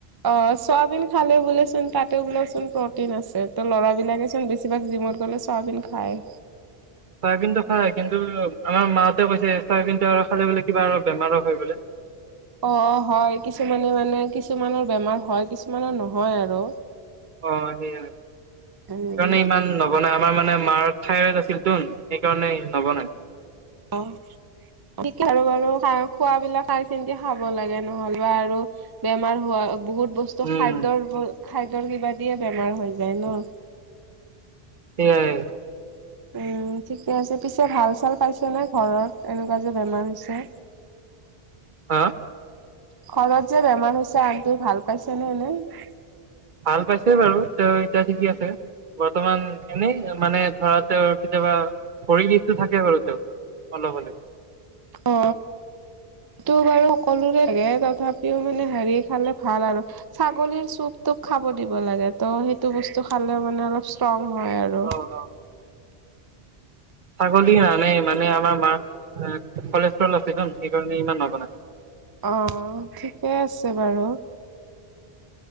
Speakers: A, on the right (about 25°); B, on the right (about 55°).
A: অ চয়াবিন খালে বোলেচোন তাতে বোলেচোন প্ৰটিন আছে। ত ল'ৰা বিলাকে চোন বেছিভাগ জিমত গ'লে চাবিন খায়।
B: চয়াবিন টো খাই কিন্তু আমাৰ মাহতে কৈছে চয়াবিনটো খালে বোলে কিবা আৰু বেমাৰৰ হয় বোলে।
A: অ হয় কিছুমানে মানে কিছুমানৰ বেমাৰ হয় কিছুমানৰ নহয় আৰু।
B: অ সেইয়াই,
A: উম।
B: সেইকাৰণে ইমান নবনাই আমাৰ মানে মাৰ থাইৰয়ড আছিল তোন। সেইকাৰণ নবনাই।
A: অঁ। ঠিক আৰু বাৰু খাই খোৱাবিলাক চাই চিন্তি খাব লাগে নহ'লবা আৰু - বেমাৰ হোৱা বহুত বস্তু
B: উম
A: খাদ্যৰ খাদ্যৰ কিবা দিয়ে বেমাৰ হৈ যায় ন।
B: সেয়াই।
A: উম, ঠিকে আছে, পিছে ভাল চাল পাইছ নে ঘৰত এনেকুৱা যে বেমাৰ হৈছে?
B: হা?
A: ঘৰত যে বেমাৰ হৈছে আন্টিৰ ভাল পাইছে নে এনেই?
B: ভাল পাইছে বাৰু তো এতিয়া ঠিকেই আছে। বৰ্তমান এনেই মানে ধৰা তেওঁৰ কেতিয়াবা ভৰিৰ বিষটো থাকে বাৰু। টো অলপ হ'লেও।
A: অ। টো বাৰু সকলোৰে থাকে এনেই তথাপিও মানে হেৰি খালে ভাল আৰু। ছাগলীৰ চুপটোক খাব দিব লাগে ত' সেইটো বস্তু খালে মানে অলপ ষ্ট্ৰং হয় আৰু।
B: অ অ ছাগলী নানে মানে আমাৰ মাক কলেষ্ট্ৰ আছে ন সেইকাৰণে ইমান নবনাই।
A: অ ঠিকে আছে বাৰু।